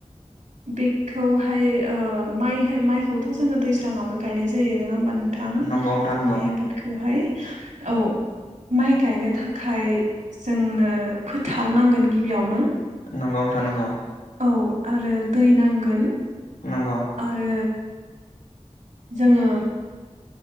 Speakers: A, on the right; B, on the left.
A: बेखौहाय ओ माइहो माइखौथ' जोङो दैज्लाङावनो गायनाय जायो नङा होमबा नोंथां
B: नंगौ नोंथां नंगौ
A: माइ आबादखौहाय औ माइ गायनो थाखाय जोंनो फोथारनांगोन गिबियावनो
B: नंगौ नोंथां नंगौ
A: औ आरो दै नांगोन
B: नंगौ
A: आरो जोङो